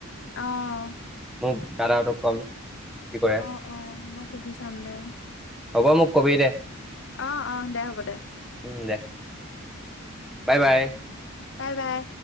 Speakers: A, on the left; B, in the centre.
A: আহ
B: মোৰ দাদাহঁতক কম কি কৰে
A: অহ অ মই সুধি চাম দে।
B: হ'ব মোক কবি দে
A: অহ অহ দে হ'ব দে।
B: উম দে বাই বাই
A: বাই বাই।